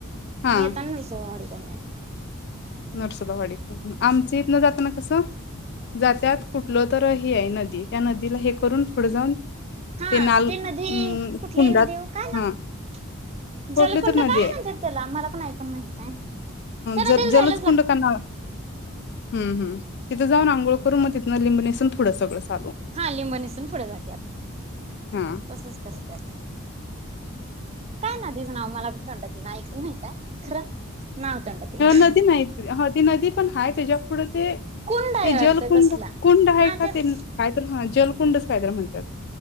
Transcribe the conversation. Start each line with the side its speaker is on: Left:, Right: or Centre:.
Left: हा
Right: येताना नरसोबावाडी करून येत
Left: नरसोबा वाडीकर आमच इथन जातना कसं जात्यात कुठलं तर नदी त्या नदीला हे करून पुढ जाऊन
Right: हा
Left: ते नाल
Right: ती नदी
Left: अम
Right: कुठली
Left: कुंडात
Right: नदी काय नाव
Left: हा कुठली
Right: जलकुंड
Left: तर नदी
Right: काय
Left: आहे
Right: ना तर त्याला आम्हाला पण ऐकून माहित आहे त्या
Left: ज
Right: नदीला
Left: जलच
Right: जायला
Left: कुंड हम हम जाऊ आंघोळ करून म तिथं लिब नेसून थडं सगळं चालू
Right: हा लिंब नसून पुढे जात्यात
Left: हा
Right: तसच करत्यात. काय नदीचं नाव मला पण तोंड ईना ऐकून माहितेय खरं नाव तोंडात येईना.
Left: नदी नाही ह ती नदी पण हाय त्याच्या पुुढं ते ते
Right: कोण डाय अर्थ
Left: जलकुंड
Right: कसला
Left: कुंड आहे
Right: हा
Left: का
Right: त्यात
Left: ते कायत ह जलकुंडच कायतर म्हण तर